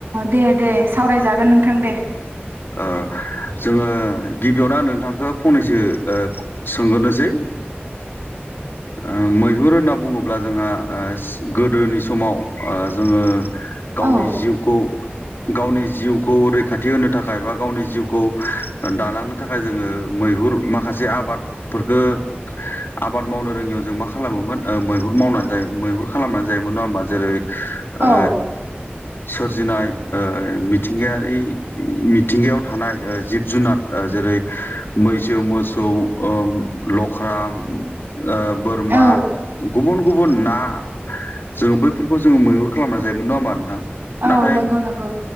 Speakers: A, on the right; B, on the left.
A: दे दे सावरायजागोन नोंथां दे।
B: ओ जोङो गिबियावनो आं नोंथांखो फंनैसो ओ सोंगोरनोसै। ओ मैहुर होनना बुङोब्ला जोंहा ओ सि गोदोनि समाव ओ जोङो। गावनि
A: औ
B: जिउखौ गावनि जिउखौ रैखाथि होनो थाखाय बा गावनि जिउखौ ओ दालांनो थाखाय जोङो मैहुर माखा जे आबादफोरखो आबाद मावनो रोङियाव जों मा खालामोमोन ओह मैहुर मावनानै जायो मो हुर खालामनानै जायोमोन नङा होमबा जेरै ओ
A: औ
B: सोरजिनाय ओ मिद मिथिंगायारि मिथिंगायाव थानाय ओ जिब जुनाद ओ जेरै मैसो मोसो खौ ओह लख्रा ओ बोरमा
A: औ
B: गुबुन गुबुन ना जोंङो बैफोरखो जोंङो मैहुर खालामना जायोमोन नङा होमबा नोंथां।
A: औ
B: नाथाय
A: नोंगौ नोंगौ।